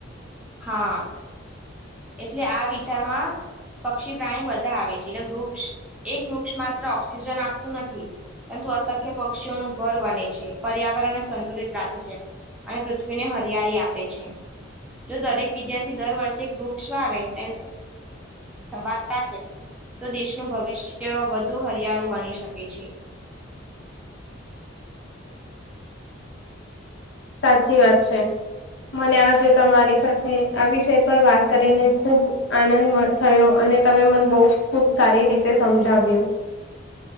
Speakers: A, in the centre; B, on the left (about 65°).
A: હા એટલે આ વિચારમાં પક્ષી પ્રાણી બધા આવે છે એટલે વૃક્ષ એક વૃક્ષ માત્ર ઓક્સિજન આપતું નથી પરંતુ અસખ્ય પક્ષીઓનું ઘર બને છે પર્યાવરણને સંતુલિત રાખે છે અને પૃથ્વીને હરિયાળી આપે છે જો દરેક વિદ્યાર્થી દર વર્ષે વૃક્ષ આવે તે સંભળ રાખે તો દેશનું ભવિષ્ય વધુ હરિયાળુ બની શકે છે
B: સાચી વાત છે. મને આ છે તમારી સાથે આ વિષય પર વાત કરીને, ખુબ આનંદ મળે. થયો. અને તમે મને બહુ ખુબ સારી રીતે સમજાવ્યું.